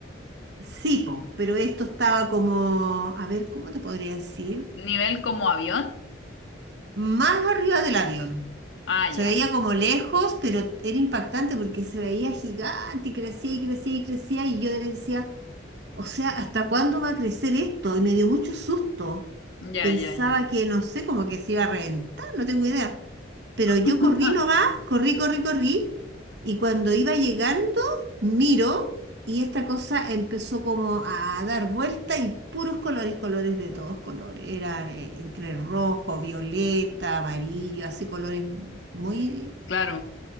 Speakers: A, on the right (about 60°); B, on the left (about 75°).
A: sí, po, pero esto estaba como, a ver, ¿cómo te podría decir?
B: nivel como avión.
A: Más arriba del avión.
B: Ah, ya,
A: Se veía como lejos, pero era impactante porque se veía gigante y crecía y crecía y crecía y yo decía, o sea, ¿hasta cuándo va a crecer esto? Y me dio mucho susto.
B: ya,
A: Pensaba
B: ya, ya.
A: que, no sé, como que se iba a reventar, no tengo idea. Pero yo
B: <laughs>
A: corrí nomás, corrí, corrí, corrí y cuando iba llegando, miro y esta cosa empezó como a dar vuelta y puros colores, colores de todos colores. Era eh, entre rojo, violeta, amarillo, así colores muy
B: Claro,